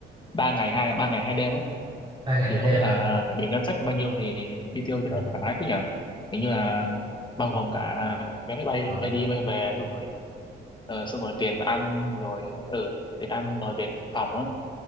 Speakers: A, on the left; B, on the right.
A: ba ngày hai ba ngày hai đêm ấy
B: ba ngày
A: thì
B: hai đêm
A: không biết là
B: hả
A: chuẩn bị ngân sách bao nhiêu thì chi tiêu cho nó
B: Ừ.
A: thoải mái thế nhỉ kiểu như là bao gồm cả vé máy bay
B: Ờ.
A: bay đi bay về xong rồi ờ, xong rồi tiền ăn rồi ừ tiền ăn rồi tiền phòng á